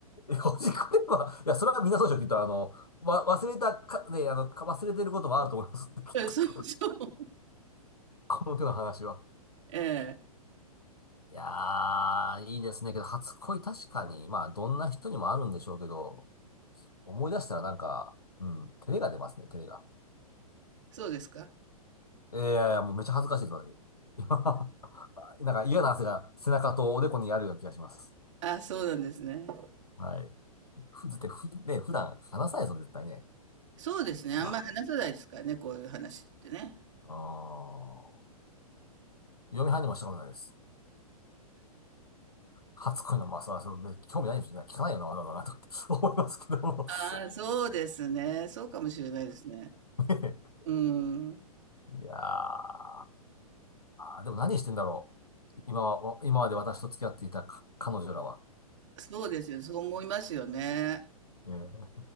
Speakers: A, on the left; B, on the right.
A: え、ほじくれば、いや、それは皆そうでしょ、きっと、あの、わ、忘れたか、ね、あの、か忘れてることもあると思います。<laughs>
B: えそう、そう。
A: この手の話は。
B: ええ
A: いやー、いいですね。けど、初恋確かに、まあ、どんな人にもあるんでしょうけど、思い出したらなんか、うん、照れが出ますね、照れが。
B: そうですか。
A: ええいやいや、もうめっちゃ恥ずかしいです、私。今 <laughs> なんか嫌な汗が背中とおでこにあるような気がします。
B: あ、そうなんですね。
A: はい。ふ、ずって、ふ、ね、普段話さないですよ、絶対ね。
B: そうですね。あんまり話さないですからね、
A: ま
B: こういう話ってね。
A: あ、あー嫁はんにもしたことないです。初恋の、まあ、それは、それね興味ないんですよね。聞かないよな、わざわざな、とかって思いますけども。<laughs>
B: ああ、そうですね。そうかもしれないですね。
A: ね
B: うん。
A: えいやー、でも何してんだろう。今は、今まで私と付き合っていたか彼女らは。
B: そうですよ。そう思いますよね。
A: ねえ